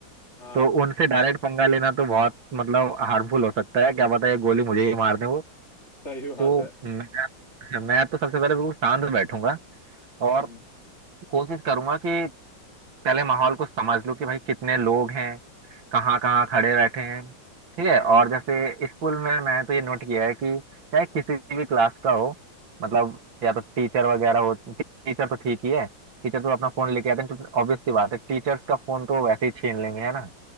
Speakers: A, on the left; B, on the right.
A: हाँ
B: तो उनसे डायरेक्ट पंगा लेना तो बहुत मतलब हार्मफुल हो सकता है क्या पता ये गोली मुझे ही मार दे
A: सही बात
B: तो
A: है
B: मैं अच्छा, मैं तो सबसे पहले बिल्कुल शांत बैठूंगा और
A: हम्म
B: कोशिश करूंगा कि पहले माहौल को समझ लूं कि भाई कितने लोग हैं कहाँ कहाँ खड़े बैठे हैं ठीक है
A: हम्म
B: और जैसे स्कूल में मैंने तो ये नोट किया है कि चाहे किसी भी क्लास का हो मतलब या तो टीचर वगैरह हो टीचर तो ठीक ही है टीचर तो अपना फोन लेके आते हैं तो ऑब्वियस सी बात है टीचर्स का फोन तो वैसे ही छीन लेंगे है ना